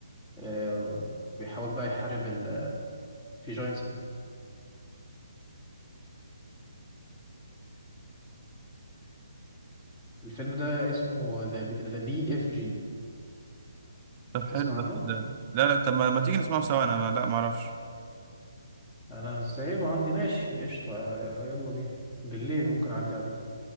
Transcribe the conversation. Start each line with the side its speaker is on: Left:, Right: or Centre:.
Left: آه، وبيحاول بقى يحارب ال... في جاينتس والفيلم ده اسمه ذا بي اف جي
Right: طب حلو
Left: تسمع عنه؟
Right: ده صدقني لا لا طب ما, ما تيجي نسمعه سوا انا لا ما اعرفش
Left: أنا سايبه عندي ماشي قشطة يلا بينا بالليل ممكن أعدي عليك